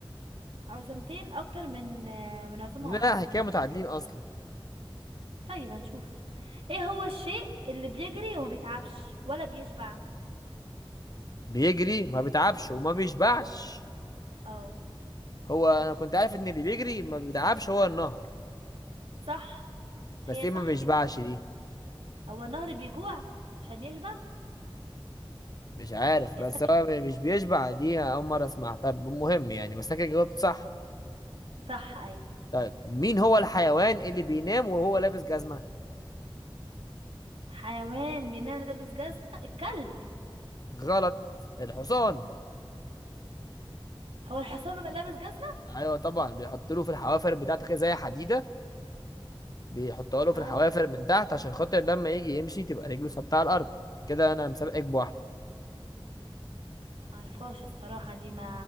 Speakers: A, on the right; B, on the left.
A: عزومتين اكتر من من عزومة
B: لا
A: واحدة
B: احنا كده متعادلين اصلا
A: طيب هنشوف ايه هو الشيء اللي بيجري وما بيتعبش ولا بيشبع
B: بيجري ما بيتعبش وما بيشبعش
A: اه
B: هو انا كنت عارف ان اللي بيجري ما بيتعبش هو النهر
A: صح هي
B: بس ايه
A: صح
B: ما بيشبعش
A: كده
B: دي
A: هو النهر بيجوع عشان يشبع
B: مش عارف بس
A: يا ذكي
B: هو مش بيشبع دي اول مره اسمعها طب مهم يعني بس انا كده جاوبت صح
A: صح ايوه
B: طيب مين هو الحيوان اللي بينام وهو لابس جزمه
A: حيوان بينام لابس جزمة الكلب
B: غلط الحصان
A: هو الحصان بيبقى لابس جزمة
B: ايوه طبعا بيحط له في الحوافر بتاعته كده زي حديده بيحطها له في
A: اه
B: الحوافر من تحت عشان خاطر لما يجي يمشي تبقى رجله ثابته على الارض كده انا مسابقك بواحده
A: معرفهاش الصراحة دي ما